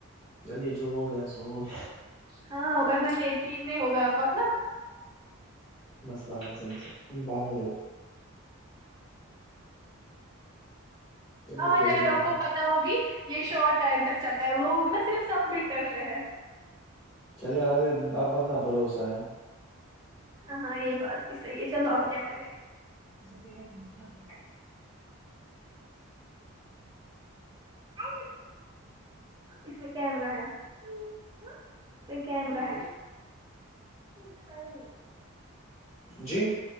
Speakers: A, on the left; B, on the right.
A: چلیے جو ہو گیا سو ہو گ
B: ہاں انا کہ ٹھیک نہیں ہوگا پت ن
A: بس باگسم سے بگلور چلیے
B: آج
A: کوئی
B: اگر
A: بات
B: آ کو
A: نہیں
B: پ ہوگی یہ شارٹ ٹائم تک چلتا ہے لوگ نا صرف سبمٹ کرتے ہیں
A: چلیے آگے آپ کتنا بھروسہ ہے
B: ہاںاں یہی بات بھی صحیح ہے چلو آپ کیا کریں
A: اے پے نہیں
B: ا اس میں کیمرا ہے اس میں کیمرا
A: بالکل
B: ہے ک کھ میں
A: جی